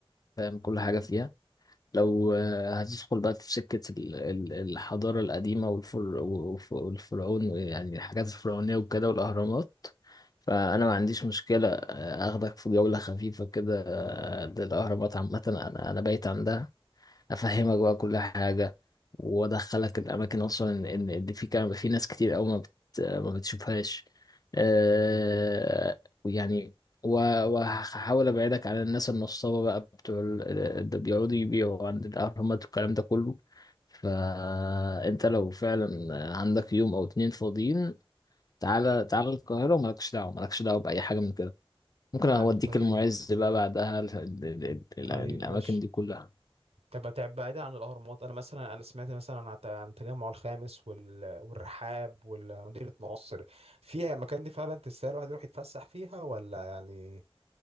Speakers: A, on the left; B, on the right.
A: فاهم كل حاجة فيها لو آه، هتدخل بقى في سكة ال- ال- الحضارة القديمة والفر والف- والفرعون يعني الحاجات الفرعونية وكده والأهرامات فأنا ما عنديش مشكلة آه، أخدك في جولة خفيفة كده آه، للأهرامات عامة أنا أنا بايت عندها افهمك بقى كل حاجه وادخلك الاماكن اصلا ان إن اللي في كان في ناس كتير قوي ما بت... ما بتشوفهاش أه... ويعني و- وهحاول ابعدك عن الناس النصابه بقى بتوع ال- اللي بيقعدوا يبيعوا عند الاهرامات والكلام ده كله فانت لو فعلا عندك يوم او اتنين فاضيين تعالى تعالى القاهره ومالكش دعوه مالكش دعوه باي حاجه من كده ممكن اوديك
B: يا عم طيب
A: المعز بقى بعدها ال- ال- ال-
B: طيب
A: الاماكن
B: ماشي
A: دي كلها
B: طب تعب بعيدا عن الاهرامات انا مثلا انا سمعت مثلا عن الت- عن التجمع الخامس وال... والرحاب ومدينه نصر فيها المكان دي فعلا تستاهل الواحد يروح يتفسح فيها ولا يعني